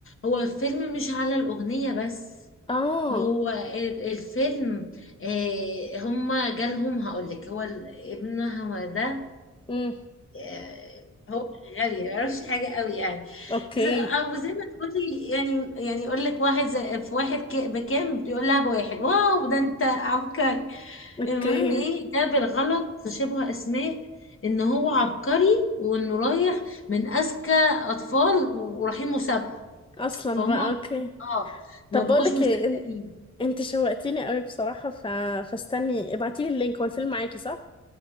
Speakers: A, on the left (about 45°); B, on the left (about 20°).
A: هو الفيلم مش على الأغنية بس
B: اه
A: هو ال- الفيلم آه، هما جالهم هقول لك هو ال- ابنها ده
B: امم
A: آه، هو غالي ما يعرفش حاجة قوي يعني
B: اوكي
A: ز- او زي ما تقولي يعني يعني يقول لك واحد زي في واحد ك- بكام بيقول لها بواحد واو ده انت عبقري
B: اوكي
A: المهم ايه ده بالغلط شبه اسماء ان هو عبقري وانه رايح من اذكى اطفال و- ورايحين مسابقة
B: اصلا
A: فهم
B: بقى اوكي
A: اه
B: طب
A: ما بقوش
B: بقولك
A: مصدقين
B: ايه إن- انت شوقتيني قوي بصراحة ف... فاستني ابعتيلي اللينك هو الفيلم معاكي صح؟